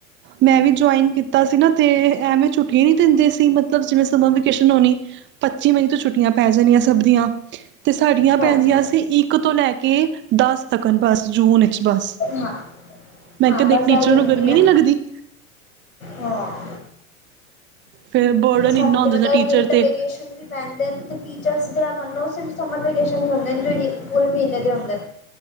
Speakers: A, on the right; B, on the left.
A: ਮੈਂ ਵੀ ਜੁਆਇਨ ਕੀਤਾ ਸੀ ਨਾ ਤੇ ਐਵੇਂ ਛੁੱਟੀਆਂ ਨੀ ਦਿੰਦੇ ਸੀ ਮਤਲਬ ਜਿਵੇਂ ਸਮਾਂ ਵਕੇਸ਼ਨ ਹੋਣੀ ਪੱਚੀ ਮਈ ਤੋਂ ਛੁੱਟੀਆਂ ਪੈ ਜਾਣੀਆਂ ਸਭ ਦੀਆਂ ਤੇ ਸਾਡੀਆਂ
B: ਹਾਂਜੀ
A: ਪੈਦੀਆਂ ਸੀ ਇੱਕ ਤੋਂ ਲੈ ਕੇ ਦਸ ਬਸ ਜੂਨ ਚ ਬਸ
B: ਹਾਂ
A: ਮੈਂ
B: ਹਾਂ
A: ਕਹਿੰ ਦੇਖ
B: ਬਸ
A: ਟੀਚਰਾਂ
B: ਇਹੀ ਹੁੰਦੀ
A: ਨੂੰ ਗਰਮੀ
B: ਹੈ
A: ਨਹੀਂ ਲੱਗਦੀ
B: ਹਾਂ
A: ਫਿਰ ਬਰਡਨ
B: ਸਾਡੇ
A: ਇੰਨਾ ਹੁੰਦਾ
B: ਤੇ ਪਤਾ
A: ਟੀਚਰ
B: ਵਿੰਟਰ
A: ਤੇ
B: ਵੇਕੇਸ਼ਨ ਵੀ ਪੈਂਦੇ ਤੇ ਟੀਚਰਸ ਮਨੋ ਸਫ ਸਮਰ ਵੈਕੇਸ਼ਨ ਵੀ ਹੁੰਦੇ ਜੋ ਪੂਰੇ ਮਹੀਨ ਦੇ ਹੁੰਦੇ